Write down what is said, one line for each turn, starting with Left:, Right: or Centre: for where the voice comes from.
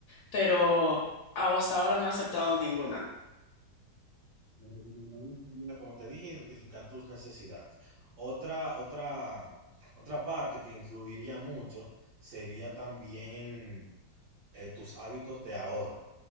Left: pero hasta ahora no he aceptado ninguna.
Right: Lo recomendable sería, como te dije, identificar tus necesidades. Otra, otra, otra parte que influiría mucho sería también eh, tus hábitos de ahorro.